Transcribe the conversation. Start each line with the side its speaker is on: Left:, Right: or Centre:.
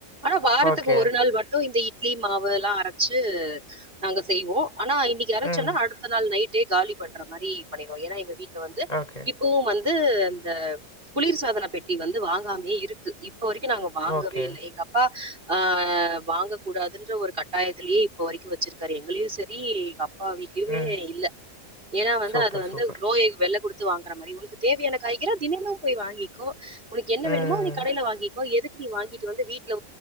Right: ஆ வாரத்துக்கு
Left: ஓகே.
Right: ஒரு நாள் மட்டும் இந்த இட்லி மாவு எல்லா அரச்சு நாங்க செய்வோ ஆனா இன்னக்கி அரச்சோன்னா
Left: ம்.
Right: அடுத்த நாள் நைட்டே காலி பண்ற மாரி பண்ணிருவோ ஏன்னா எங்க வீட்ல வந்து
Left: ஓகே.
Right: இப் பவும் வந்து இந்த குளிர் சாதன பெட்டி வந்து வாங்காமே இருக்கு இப்ப வரைக்கும் நாங்க வாங்கவே
Left: ஓகே.
Right: இல்ல எங்க அப்பா ஆ வாங்க கூடாதுன்ற ஒரு கட்டாயத்திலேயே இப்ப வரைக்கு வச்சிருக்காரு எங்களயு செரி எங்அப் பா வீட்லயுமே
Left: ம்.
Right: இல்ல ஏன்னா வந்து
Left: சூப்பர்,
Right: அது வந்து
Left: சூப்பர்.
Right: நோய் வெல குடுத்து தத்து வாங்குற மாரி உனக்கு தேவையான காய்கறி தினமும் போய் வாங்கிக்கோ உனக்கு என்ன
Left: ம்.
Right: வேணுமோ நீ கடைல வாங்கிக்கோ எதுக் தீ வாங்கிட்டு வந்து வீட்ல